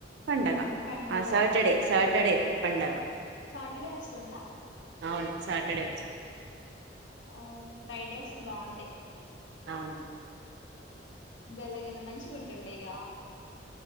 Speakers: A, on the right; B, on the left.
A: పండగ
B: పండుగ
A: ఆ సాటర్డే ఇక్కడే పండగ
B: సాటర్డే వస్తుందా
A: అవును సాటర్డే
B: అవ ఫైవ్ డేస్ బాగుండే
A: అవును
B: గల గల మంచి ఉంటుండే ఇక